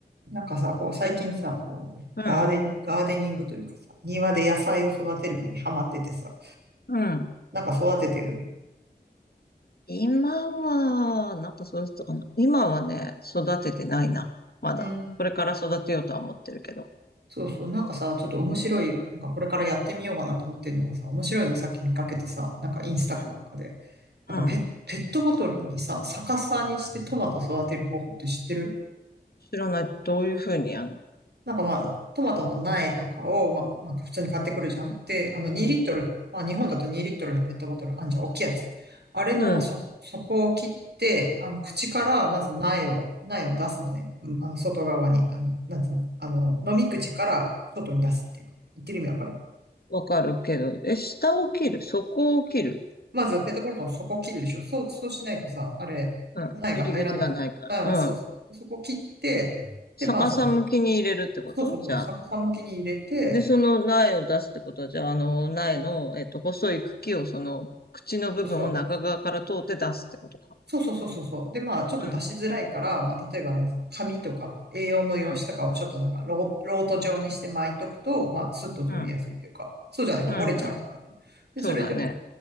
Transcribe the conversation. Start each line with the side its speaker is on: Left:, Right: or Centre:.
Right: なんかさ、こう最近さ、こう、
Left: うん、
Right: ガーデン、ガーデニングというかさ、庭で野菜を育てるのにハマっててさ、
Left: うん。
Right: なんか育ててる。
Left: 今は、なんかそうしたかな。今はね、育ててないな。まだ。
Right: うん。
Left: これから育てようとは思ってるけど。
Right: そうそう、なんかさ、ちょっと面白い、なんかこれからやってみようかなと思ってるのがさ、面白いのさっき見かけてさ、なんかインスタかなんかで、
Left: うん。
Right: なんかペ、
Left: うん。
Right: ペットボトルにさ、逆さにしてトマト育てる方法って知ってる
Left: 知らない。どういうふうにやるの
Right: なんかまあ、トマトの苗とかを、まあ、まあ、普通に買ってくるじゃん。で、あの、2リットル、
Left: うん。
Right: まあ、日本だと2リットルのペットボトル、あんじゃん、大きいやつ。あれの、
Left: うん。
Right: まあ、そ、底を切って、あの、口から、まず苗を、苗を出すのね。うん、あの、外側に、あの、なんつうの、あの、飲み口から外に出すっていうか、言ってる意味わかる
Left: わかるけど。え、下を切る。そこを切る。
Right: まず、ペットボトルの底を切るでしょ。そう、そうしないとさ、あれ、
Left: うん。
Right: 苗が入らない。
Left: 入り口がないから。
Right: あ、そうそう。
Left: うん。
Right: そこを切って、で、
Left: 逆さ向きに入れるってことじゃあ。
Right: まあ、その、そうそうそう、逆さ向きに入れて、
Left: で、その苗を出すってことは、じゃあ、あの、苗の、えっと、細い茎を、その、口の部分を中側から通って出すってことか。
Right: そうそう。そうそうそうそうそう。で、まあ、ちょっと出しづらいから、
Left: うん。
Right: まあ、例えば、なんつうの、紙とか A4 の用紙とかをちょっとなんかロー、
Left: うん。
Right: ロート状にして巻いとくと、まあ、スッと通りやすいというか、
Left: うん。
Right: そうじゃないと折れちゃうからね。
Left: うん。うん。
Right: で、
Left: そうだね。
Right: それで、うん、